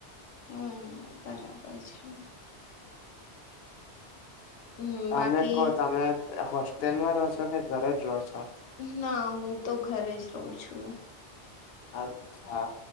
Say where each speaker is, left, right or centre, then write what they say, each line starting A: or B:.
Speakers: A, on the left; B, on the left.
A: હમ, બરાબર છે. હમ
B: તમે
A: બાકી
B: કહો, તમે હોસ્ટેલમાં રહો છો કે ઘર જ રહો છો?
A: ના, હું તો ઘરે જ રહું છું.
B: અચ્છા.